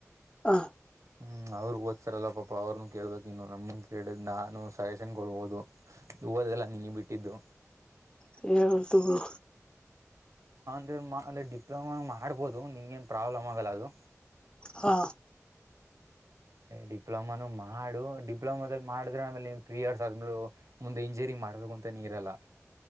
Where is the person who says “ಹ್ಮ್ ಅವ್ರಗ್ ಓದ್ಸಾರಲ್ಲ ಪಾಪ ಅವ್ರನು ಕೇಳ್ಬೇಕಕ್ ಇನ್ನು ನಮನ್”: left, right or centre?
Right